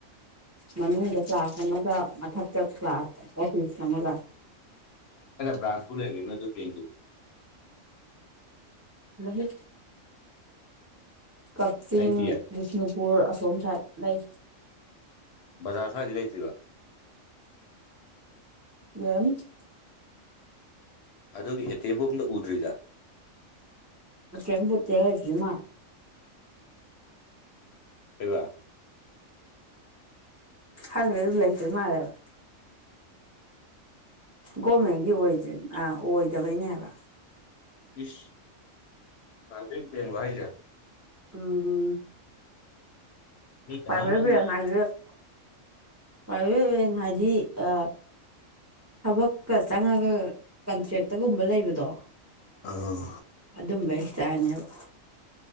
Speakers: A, on the right (about 20°); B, on the left (about 65°).
A: ꯃꯅꯨꯡꯗ ꯀ꯭ꯂꯥꯁ ꯑꯃꯒ ꯊꯛ ꯆ ꯀ꯭ꯂꯥꯁ ꯑꯣꯐꯁ ꯃꯒ
B: ꯐ꯭ꯔꯥꯟꯁꯄꯨꯔ ꯂꯩꯒꯦꯅ ꯑꯗꯨ ꯦꯡꯒꯂ
A: ꯃꯍ ꯀꯛꯆꯤꯡ
B: ꯂꯩꯇꯤꯌꯦ
A: ꯕꯤꯁꯅꯨꯄꯨꯔ ꯑꯁꯣꯝ ꯁꯥꯏꯗ ꯂꯩ
B: ꯕꯖꯥꯔ ꯈꯗꯤ ꯂꯩꯇ꯭ꯔꯤꯔꯤꯕ
A: ꯎ <unintelligible> <inaudible>
B: ꯑꯗꯨꯒꯤ ꯑꯦꯇꯦꯕꯣꯝꯗ ꯎꯗ꯭ꯔꯤꯗ
A: ꯀꯃꯛꯇꯦ ꯍꯥꯏꯦꯔꯤ ꯃꯥ
B: ꯂꯩꯕ
A: ꯍꯔꯒ ꯎꯂꯥꯏꯁꯤ ꯃꯥꯗꯕ ꯒꯣꯔꯃꯦꯟꯒꯤ ꯑꯣꯏꯗ꯭ꯔꯦ ꯑꯥ ꯑꯣꯏꯗꯕꯩꯅꯦꯕ
B: ꯀꯤꯁ ꯐꯥ ꯋꯥꯏꯖ
A: ꯑ <unintelligible> <inaudible>
B: ꯃꯤ ꯀꯅꯥꯝꯇꯅ
A: ꯄꯕꯤ ꯉꯗꯤ <inaudible> ꯄꯥꯏꯦꯡ ꯍꯥꯏꯗꯤ ꯑ ꯍꯕꯛꯀ ꯆꯉꯒ ꯀꯟꯇ꯭ꯔꯦꯛꯇꯒꯨꯝꯕ ꯂꯩꯕꯗꯣ
B: ꯎꯝ
A: ꯑꯗꯨꯝꯕ ꯍꯥꯏꯇꯥꯔꯅꯦꯕ